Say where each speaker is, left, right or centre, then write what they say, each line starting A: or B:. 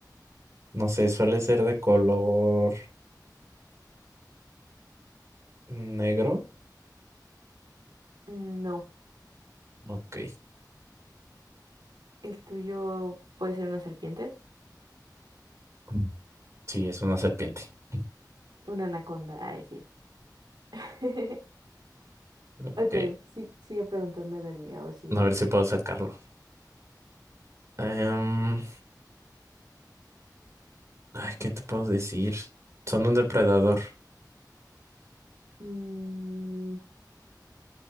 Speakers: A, on the right; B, on the right.
A: No sé, suele ser de color negro.
B: mm, no.
A: Ok.
B: El tuyo puede ser una serpiente.
A: Mm. Sí, es una serpiente. <laughs>
B: Una anaconda. Ay, sí. <laughs>
A: Ok.
B: Ok, sí, sigue preguntando del mío, a ver si adivina.
A: A ver si puedo sacarlo. Em, ay, ¿qué te puedo decir? Son un depredador.
B: Mm,